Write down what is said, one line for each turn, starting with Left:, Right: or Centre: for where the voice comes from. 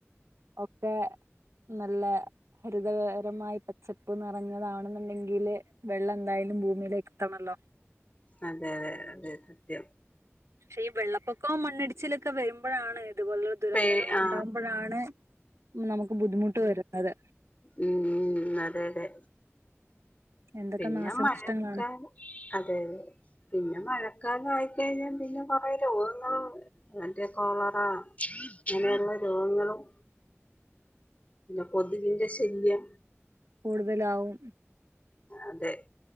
Right: ഒക്കെ നല്ല ഹരിതകരമായി പച്ചപ്പൂ നിറഞ്ഞതാണെന്നുണ്ടെങ്കില് വെള്ളം എന്തായാലും ഭൂമിയിലേക് എത്തണല്ലോ.
Left: അതെ അതെ അതെ സത്യം
Right: പക്ഷെ ഈ വെള്ളപ്പൊക്കവും മണ്ണിടിച്ചിലൊക്കെ വരുമ്പോഴാണ് ഇത്പോൽളൊ ദുരന്തങ്ങളുണ്ടാകുമ്പയാണ്
Left: പേ ആ
Right: നമുക്കുബുദ്ധിമുട്ടു വരുന്നത്.
Left: ഉം. ഉം അതെയതെ
Right: എന്തൊക്കെ
Left: പിന്നെ
Right: നാശനഷ്ടങ്ങളാണ്
Left: മഴക്കാലം അതെയതെ പിന്നെ മഴക്കാലായിക്കഴിഞ്ഞാ പിന്നെ കൊറെ രോഗങ്ങളും നല്ലകോളറ, ഇങ്ങനെയുള്ള രോഗങ്ങളും. പിന്നെ, കൊതുകിന്റെ ശല്യം
Right: കൂടുതലാവും
Left: അതെ